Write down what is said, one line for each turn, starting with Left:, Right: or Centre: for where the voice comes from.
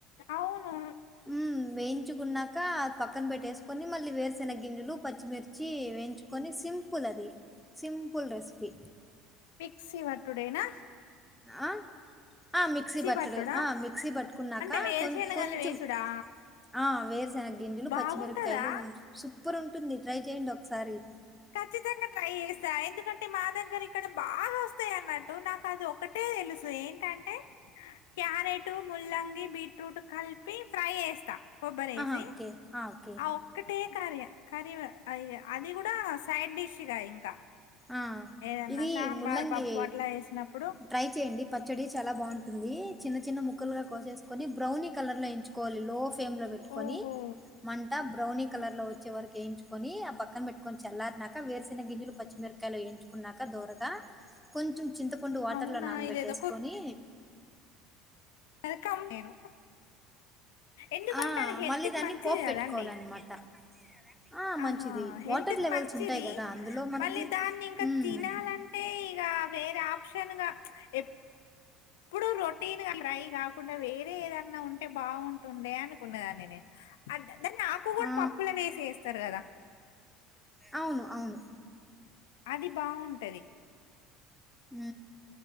Left: అవును
Centre: ఉ వేయించుకున్నా ఇకా పక్కన పెట్టేసుకొని మళ్ళీ వేరుసినగ గింజలు పచ్చిమిర్చి వేయించుకొని సింపుల్ అది సింపుల్ రెసిపీ
Left: మిక్సీ వటుడేనా
Centre: ఆ ఆ మిక్సీ బట్టడు
Left: పట్టుడా
Centre: మిక్సీ పట్టుకున్నాక
Left: అంటే వేరుశనగలు
Centre: కొం కొంచెం
Left: వేసుడా
Centre: ఆ వేరుసెనగ గింజలు
Left: బాగుంటదా
Centre: పచ్చిమిరకాయలు వేన్ సుప్ పుర్ ఉంటుంది ట్రై చేయండి ఒకసారి
Left: ఖచ్చితంగా ట్రై చేస్తా ఎందుకంటే మా దగ్గర ఇక్కడ బాగా వస్తాయి అన్నట్టు నాకు అది ఒకటి ట్టే తెలుసు ఏంటంటే క్యారెట్ ముల్లంగి బీట్రూట్ కలిపి ఫ్రై చేస్తా కొబ్బరి వేసి
Centre: ఆహా ఓకే ఓకే
Left: ఆ ఒక్కటే కరీ య కరివ అది అది కూడా సైడ్ డిష్గా ఇంకా
Centre: ఆ
Left: ఏదన్న
Centre: ఇది
Left: సాంబార్
Centre: ముల్లంగి
Left: పప్పు అట్లా వేసినప్పుడు
Centre: ట్రై చేయండి పచ్చడి చాలా బాగుంటుంది చిన్న చిన్న ముక్కలు గా కోసేసుకొని బ్రౌనీ కలర్ లో ఎంచుకోవాలి లో ఫ్ ఫేమ్ లో పెట్టుకొని
Left: ఓహో
Centre: మంట బ్రౌని కలర్ లో వచ్చే వరకి వేయించుకొని అప్ పక్కన పెట్టుకొని చల్లారినాక వేరుసిన గింజలు పచ్చిమిరకాయలు వేయించుకున్నాక దోరగా కొంచెం చింతపండు వాటర్
Left: అవునా
Centre: ల నానబెట్టేసుకొని
Left: ఇదేదో అది కమ్ నేను ఎందుకంటే
Centre: ఆ
Left: అది హెల్త్కి
Centre: మళ్ళీ దాన్ని
Left: మంచిది
Centre: పోపు
Left: కదా
Centre: పెట్టుకోవాలన్నమాట
Left: అండి
Centre: ఆ! మంచిది.
Left: ఆహా హెల్త్
Centre: వాటర్
Left: కి
Centre: లెవెల్స్
Left: మంచిది
Centre: ఉంటాయి గదా! అందులో మనకి
Left: మళ్ళీ దాన్ని ఇంకా
Centre: హ్మ్.
Left: తినాలంటే క వేర ఆప్ షన్ గా ఎప్పుడు రొటీన్ గా ట్రై కాకుండా వేరే ఏదన్నా ఉంటే బాగుంటుండే అనుకున్నదాన్ని నేను అద దాన్ని ఆకు కూడా
Centre: ఆ!
Left: పప్పులనే వేసిస్తారు కదా
Centre: అవును. అవును.
Left: అది బాగుంటది
Centre: ఊ